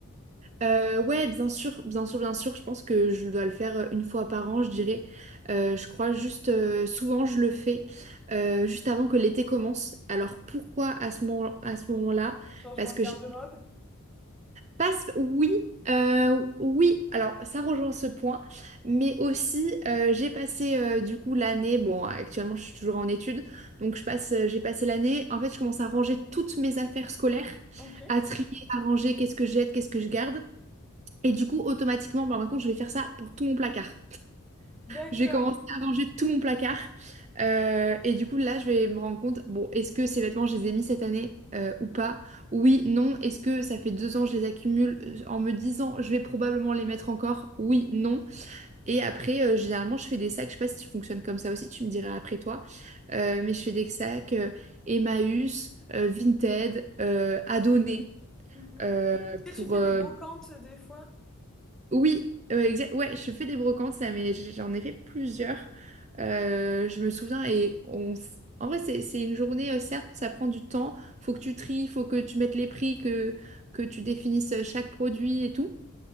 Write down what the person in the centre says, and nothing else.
Changement
de garde-robe?
Ok.
D'accord.
Mhm.
Est-ce
que tu fais
des brocantes des fois?